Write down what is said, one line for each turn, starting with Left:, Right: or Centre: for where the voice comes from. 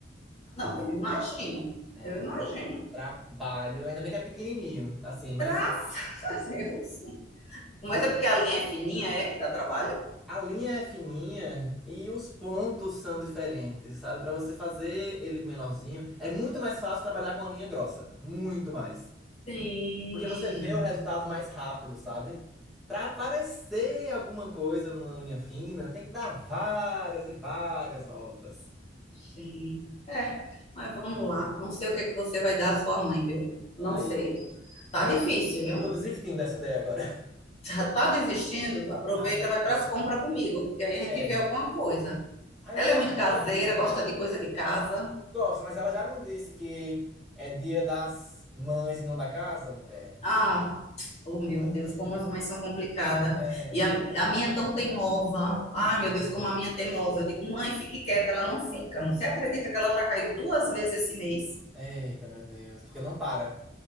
Left: Não, eu imagino.
Centre: É
Left: Eu
Centre: um
Left: imagino.
Centre: trabalho. Ainda bem que é pequenininho, assim, mas
Left: Graças a Deus. Mas é porque a linha é fininha, é que dá trabalho?
Centre: a linha é fininha e os pontos são diferentes, sabe? Pra você fazer ele menorzinho, é muito mais fácil trabalhar com a linha grossa. Muito mais.
Left: Sim.
Centre: Porque você vê o resultado mais rápido, sabe? Pra aparecer alguma coisa numa linha fina, tem que dar várias e várias voltas.
Left: Sim. É, mas vamos lá. Não sei o que é que você vai dar à sua mãe, viu?
Centre: Aí
Left: Não sei. Tá
Centre: Aí
Left: difícil, viu?
Centre: eu tô desistindo dessa ideia agora. <laughs>
Left: <laughs> Já tá desistindo? Aproveita,
Centre: Ah, eu
Left: vai
Centre: tô.
Left: para as compras comigo, porque aí a gente
Centre: É.
Left: vê alguma coisa.
Centre: Aí
Left: Ela
Centre: o que
Left: é
Centre: é
Left: muito
Centre: que eu compraria?
Left: caseira, gosta de coisa de casa.
Centre: Gosta, mas ela já não disse que é dia das mães e não da casa, mulher?
Left: Ah, oh meu Deus, como as mães são complicadas.
Centre: É.
Left: E a, a minha é tão teimosa. Ai, meu Deus, como a minha é teimosa. Eu digo, mãe, fique quieta, ela não fica. Você acredita que ela já caiu duas vezes esse mês?
Centre: Eita, meu Deus. Porque não para.